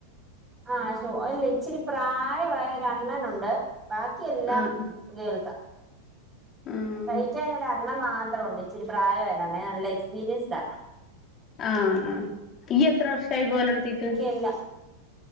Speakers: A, on the right; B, on the left.
A: ആഹ് ശ്ശൊ അല്ല ഇച്ചിരി പ്രായവായ ഒരണ്ണനുണ്ട് ബാക്കിയെല്ലാം.
B: ആഹ്
A: ഗേൾസാ
B: ആഹ്
A: തയ്ക്കാനൊരണ്ണൻ മാത്ര ഉണ്ട്. ഇച്ചിരി പ്രായ ആയതാണേ നല്ല എക്സ്പീരിയൻസ്ഡാ
B: ആഹ് ആഹ് ഈ എത്ര വർഷായി പോവലൊടുത്തീട്ട്.
A: എല്ല